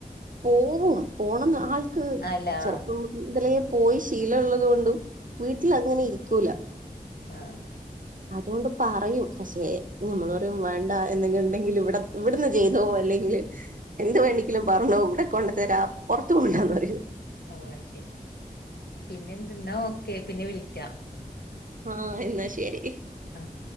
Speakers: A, on the right; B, on the left.
A: പോവും പോണന്ന് ആൾ ക്ക്‌
B: അല്ല ആഹ്
A: ചെറുപ്പം മുതലെ പോയി ശീലം ഉള്ളതുകൊണ്ടും വീട്ടിൽ അങ്ങനെ ഇരിക്കൂല
B: ആഹ്
A: അതുകൊണ്ട് പറയും പക്ഷെ നമ്മള് രും വേണ്ട എന്നെങ്കിലും ണ്ടെങ്കിൽ വെട് ഇവിടുന്ന് ചെയ്തോ അല്ലെങ്കിൽ എന്ത് വേണെങ്കിലും പർഞ്ഞോ വിടെ കൊണ്ടു തരാ പൊറത്ത് പോണ്ടാന്നു പറയു
B: ഓ അഹ് ശരി. പിന്നെ എന്തെ ന്നാ ഓക്കെ പിന്നെ വിളിക്കാ
A: ആഹ് എന്നാ ശരി
B: അ ഹ്